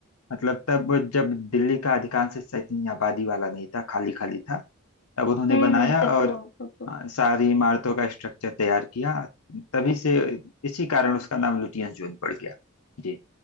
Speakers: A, on the left; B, on the left.
A: मतलब तब जब दिल्ली का अधिकांश हिस्सा इतनी आबादी वाला नहीं था खाली खाली था तब उन्होंने
B: हम्म
A: बनाया
B: हम्म तब
A: और
B: तो तब तो
A: अ, सारी इमारतों का स्ट्रक्चर तैयार किया तभी से इसी कारण उसका नाम लुटियंस जोन पड़ गया जी